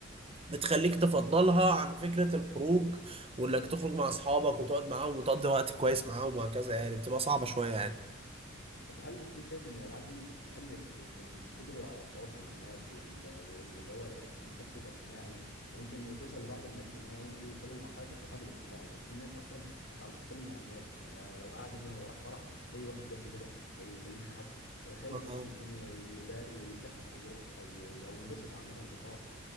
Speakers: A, on the right; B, on the left.
A: بتخليك تفضلها عن فكرة الخروج وانك تخرج مع اصحابك وتقعد معاهم وتقضي وقت كويس معاهم وهكذا يعني بتبقى صعبة شوية يعني
B: طب هل بتكون شايف ان الالعاب دي بتقلل من قدرة على التواصل مع الناس وال- وال- واللي هو تبقى الشخص يبقى اجتماعي وممكن وتوصل لبعض الناس لانه يوصلوا لمرحلة الرهاب الاجتماعي لأن في ناس اصلا ما بتعرفش تتكلم مع الناس يعني ما لو قاعد مثلا لو راح فرح تلاقيه واخد جنب كده ما بيكلمش حد خايف
A: اه
B: مثلا يقوم ي- يبا- يسقف او يرقص او ي- او ينبسط عامة في الفرح